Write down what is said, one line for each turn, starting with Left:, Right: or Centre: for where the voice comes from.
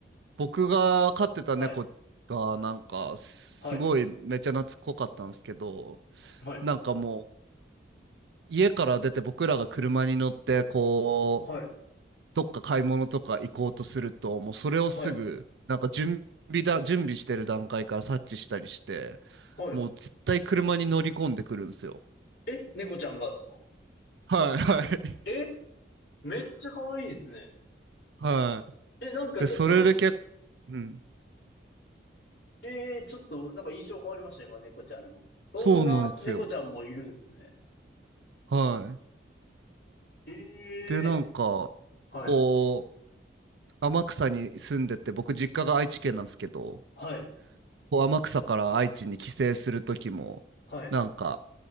Right: 僕が飼ってた猫がなんかすごいめっちゃ懐っこかったんですけど
Left: はい。はい。はい。
Right: なんかもう家から出て僕らが車に乗ってこう
Left: はい。
Right: どっか買い物とか行こうとするともうそれをすぐなんか準備だ準備してる段階から察知したりして
Left: はい。は
Right: もう絶対車に乗り込んでくるんですよ。
Left: い。え、猫ちゃんがですか
Right: はいはい
Left: え、めっちゃ可愛いですね。
Right: はい。
Left: え、なんかちょっと、
Right: でそれで結構、うん、
Left: えー、ちょっと、なんか印象変わりました、今、猫ちゃんの。そんな猫ちゃんもいるんですね。
Right: そうなんですよ。はい。
Left: え
Right: でなんか
Left: えー、はい。
Right: こう天草に住んでて、僕実家が愛知県なんですけど、
Left: はい。
Right: こう天草から愛知に帰省するときも、
Left: はい。
Right: なんか、